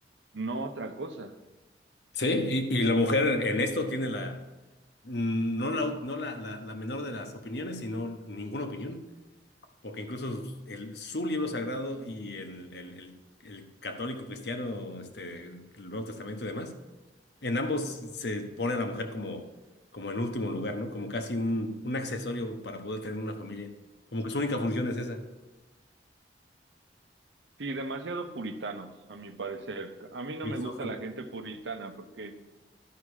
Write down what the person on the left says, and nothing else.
Sí, y, y la mujer en esto tiene la, mm, no la, no la, la, la menor de las opiniones, sino ninguna opinión. Porque incluso el, su libro sagrado y el, el, el- el católico cristiano, este, el Nuevo Testamento y demás, en ambos se pone a la mujer como, como en último lugar, ¿no? Como casi un, un accesorio para poder tener una familia. Como que su única función es esa,
misógino.